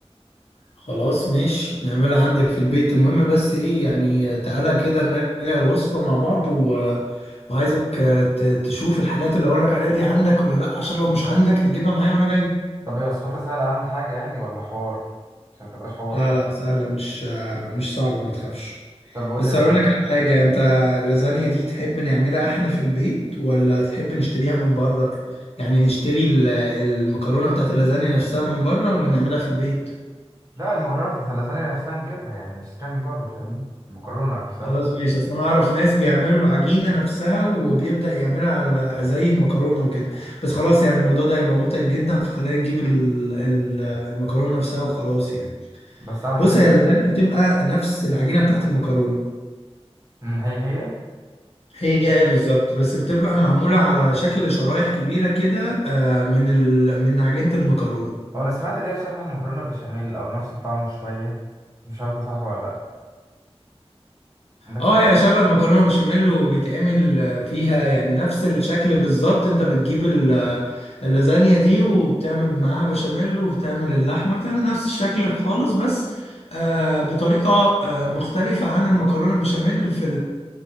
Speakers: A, on the left (about 70°); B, on the right (about 30°).
A: خلاص ماشي نعملها عندك في البيت المهم بس ايه يعني آه، تعالى كده نراجع الوصفة مع بعض و... آه، وعايزك آه، ت- تشوف الحاجات اللي اقولك عليها دي عندك ولا لا عشان لو مش عندك تجيبها معايا وانا جاي
B: طب هي وصفتها سهله اهم حاجه يعني ولا حوار عشان ما تبقاش حوار
A: لا لا سهلة مش آه، مش صعبة ما تخافش
B: طب قول
A: بس
B: لي الحاجات
A: اقول لك على حاجه انت اللازانيا دي تحب نعملها احنا في البيت ولا تحب نشتريها من بره يعني نشتري ال- المكرونه بتاعت اللازانيا نفسها من بره ولا نعملها في البيت
B: لا المكرونه بتاعت اللازانيا نفسها نجيبها يعني نشتريها من بره فاهمني المكرونه نفسها
A: خلاص ماشي اصل انا اعرف ناس بيعملوا العجينه نفسها وبيبدا يعملها على زي المكرونه وكده بس خلاص يعني الموضوع ده هيبقى متعب جدا فخلينا نجيب ال- ال- المكرونه نفسها وخلاص يعني
B: بس اهم
A: بص
B: حاجه
A: هي اللازانيا بتبقى نفس العجينه بتاعت المكرونه
B: أمم، هي هي
A: هي ايه بالظبط بس بتبقى معمولة على شكل شرايح كبيرة كده آه، من ال... من عجينة المكرونة
B: هو انا سمعت اللي هي شبه المكرونه بشاميل او نفس الطعم شويه مش عارف ده صح ولا لا عندك
A: اه
B: فكره
A: هي شبه المكرونة بشاميل وبيتعمل آه، فيها يعني نفس الشكل بالظبط انت بتجيب ال- آه، اللازانيا دي وبتعمل معاها بشاميل وبتعمل اللحمة بتعمل نفس الشكل خالص بس آه، بطريقة آه، مختلفة عن المكرونة بشاميل في